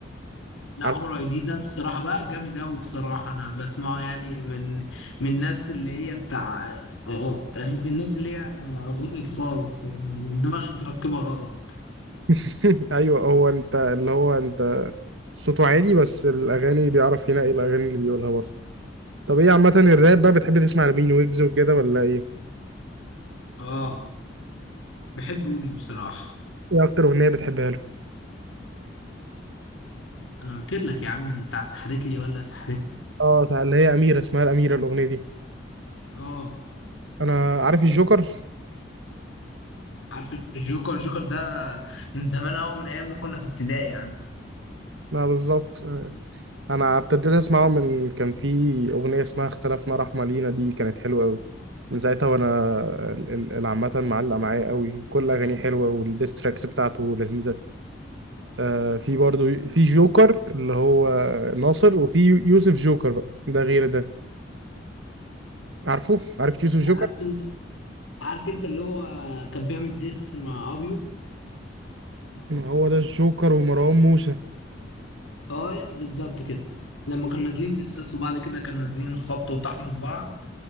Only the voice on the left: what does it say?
لا
عمر اي دي ده بصراحة بقى جامد أوي بصراحة أنا بسمعه يعني من من الناس اللي هي بتاع آه، الناس اللي هي غلط خالص دماغها متركبة غلط
اه بحب ويجز بصراحة
أنا قلت لك يا عم بتاع سحرتلي ولا سحرتني
اه
عارف الجوكر الجوكر ده من زمان قوي من ايام ما كنا في ابتدائي يا عم
لا
عارف انت عارف انت اللي هو كان بيعمل ديس مع ابيو
اه بالظبط كده لما كانوا نازلين ديسات في بعض كده كانوا نازلين خبط وطحن في بعض